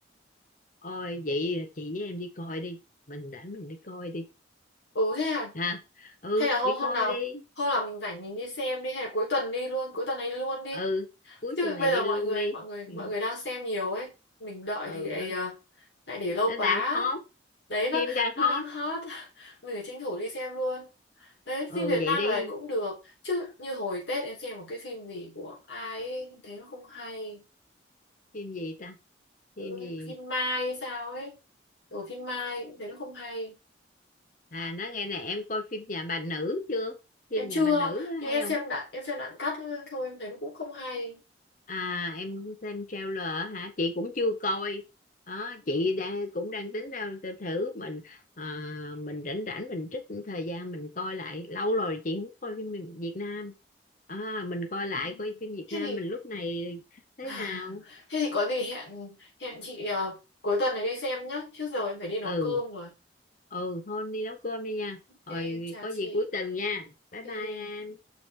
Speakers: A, on the left; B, on the left.
A: Ôi vậy chị với em đi coi đi Mình rảnh mình đi coi đi
B: ừ thế à
A: ha Ừ
B: hay là hôm
A: đi
B: hôm
A: coi
B: nào
A: đi
B: hôm nào mình rảnh mình đi xem đi hay là cuối tuần đi luôn cuối tuần ấy luôn đi
A: Ừ cuối
B: chứ
A: tuần này
B: bây
A: đi
B: giờ mọi
A: luôn
B: người
A: đi
B: mọi người
A: Ừ
B: mọi người đang xem nhiều ấy mình đợi
A: ừ,
B: thì lại,
A: nó,
B: à, lại để lâu
A: nó
B: quá
A: đang hot
B: đấy nó
A: Phim đang
B: nó
A: hot
B: đang hot <laughs> mình phải tranh thủ đi xem luôn đấy
A: Ừ
B: phim Việt
A: vậy
B: Nam
A: đi
B: lại cũng được chứ như hồi Tết em xem một cái phim gì của ai ấy em thấy nó không hay
A: Phim gì ta Phim
B: Tự
A: gì
B: nhiên phim Mai hay sao ấy ở phim Mai em thấy nó không hay
A: À nói nghe nè em coi phim Nhà bà nữ chưa Phim
B: em chưa
A: Nhà bà nữ đó
B: nhưng
A: hay
B: em
A: không
B: xem đoạn em xem đoạn cắt thôi em thấy nó cũng không hay
A: À em xem trailer hả? Chị cũng chưa coi. Đó, chị đang cũng đang tính ra th- thử mình à, mình rảnh rảnh mình trích thời gian mình coi lại lâu rồi chị không coi phim Việt Việt Nam. À, mình coi lại
B: Ừ.
A: coi phim Việt
B: Thế
A: Nam
B: thì
A: mình lúc này thế
B: à,
A: nào.
B: thế thì có gì hẹn hẹn chị ờ, cuối tuần này đi xem nhá. Trước giờ em phải đi nấu
A: Ừ,
B: cơm rồi.
A: ừ thôi đi nấu cơm đi nha.
B: Ok,
A: Rồi
B: em chào
A: có
B: chị.
A: gì cuối tuần nha. Bye
B: Ok.
A: bye em.